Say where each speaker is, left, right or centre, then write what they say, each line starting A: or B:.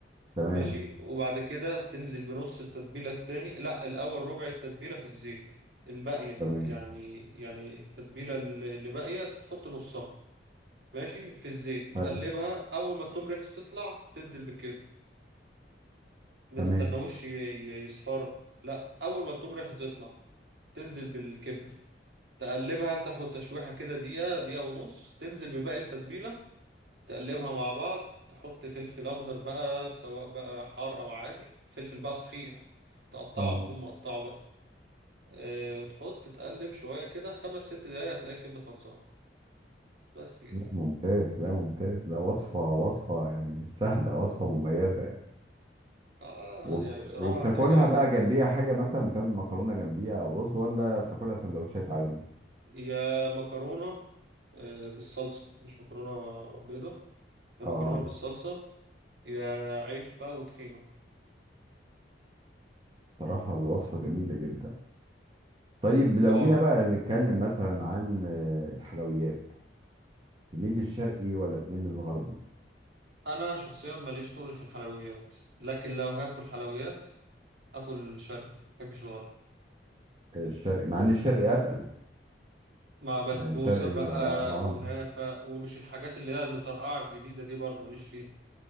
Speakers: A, on the right; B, on the right.
A: تمام
B: ماشي وبعد كده تنزل بنص التتبيلة التاني لا الأول ربع التتبيلة في الزيت الباقية
A: تمام
B: يعني يعني التتبيلة اللي اللي باقية تحط نصها ماشي في الزيت وتقلبها
A: حلو
B: أول ما التوم ريحته تطلع تنزل بالكبدة ما
A: تمام
B: تستناهوش ي- ي- يصفر لا أول ما التوم ريحته تطلع تنزل بالكبدة تقلبها تاخد تشويحة كده دقيقة دقيقة ونص تنزل بباقي التتبيلة تقلبها مع بعض تحط فلفل اخضر بقى سواء بقى حار او عادي فلفل بقى صحيح تقطعه
A: اه
B: تكون مقطعه بقى أه وتحط تقلب شويه كده خمس ست دقايق هتلاقي الكبده خلصانه بس كده
A: لا ممتاز لا ممتاز لا وصفة وصفة يعني مش سهلة وصفة مميزة يعني
B: اه
A: وبت...
B: يعني بصراحه
A: وبتاكلها
B: هتعجبك
A: بقى
B: جدا
A: جنبيها حاجة مثلا بتعمل مكرونة جنبيها أو رز ولا بتاكلها سندوتشات عادي؟
B: يا مكرونه أه بالصلصه مش مكرونه بيضه يا
A: آه
B: مكرونه بالصلصه يا عيش بقى وطحينه
A: صراحة الوصفة جميلة جدا طيب لو
B: اه
A: جينا بقى نتكلم مثلا عن آه، الحلويات تميل للشرقي ولا تميل للغربي؟
B: انا شخصيا ماليش تقل في الحلويات لكن لو هاكل حلويات اكل شرقي مبحبش الغربي
A: الشرقي مع إن الشرقي أتقل
B: مع بسبوسة
A: يعني الشرقي
B: بقى
A: بيبقى آه
B: كنافة ومش الحاجات اللي هي المطرقعة الجديدة دي برضو ماليش فيها